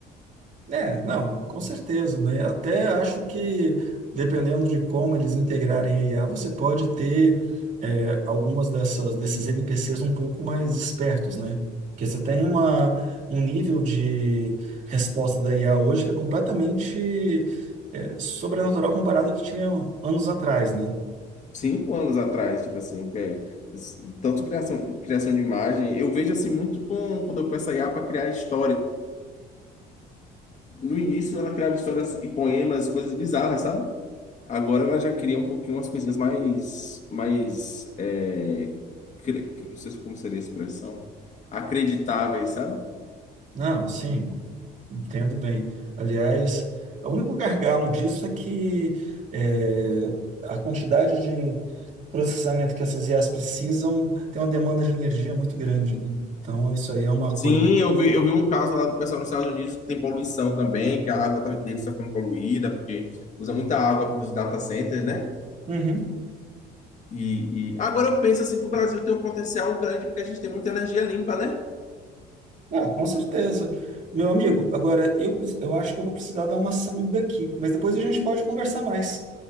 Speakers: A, on the right (about 50°); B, on the left (about 45°).
A: É, não, com certeza, né? Até acho que, dependendo de como eles integrarem a IA, você pode ter é, algumas dessas, desses NPCs um pouco mais espertos, né? Porque você tem uma, um nível de resposta da IA hoje que é completamente é, sobrenatural comparado ao que tinha anos atrás, né?
B: Cinco anos atrás, tipo assim, que é, tanto criação, criação de imagem, eu vejo assim muito com, quando eu peço a IA para criar histórias. No início ela criava histórias e poemas, coisas bizarras, sabe? Agora ela já cria um pouquinho umas coisinhas mais, mais, é, cre- não sei como seria a expressão, acreditáveis, sabe?
A: Não, sim. Entendo bem. Aliás, o único gargalo disso é que é, a quantidade de processamento que essas IAs precisam tem uma demanda de energia muito grande. né? Então, isso aí é uma
B: Sim,
A: coisa.
B: eu vi, eu vi um caso lá do pessoal nos Estados Unidos que tem poluição também, que a água tá- deles está ficando poluída, porque usa muita água para os data centers, né?
A: Uhum.
B: E, e- agora eu penso assim que o Brasil tem um potencial grande porque a gente tem muita energia limpa, né?
A: Ah, com certeza. Meu amigo, agora eu, eu acho que eu vou precisar dar uma saída aqui, mas depois a gente pode conversar mais.